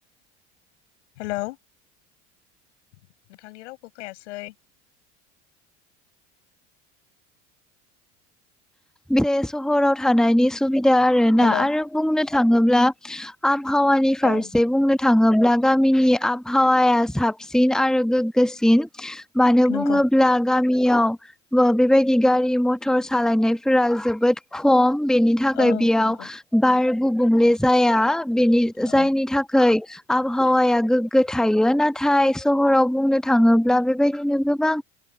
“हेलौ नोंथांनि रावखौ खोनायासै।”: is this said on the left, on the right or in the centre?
Left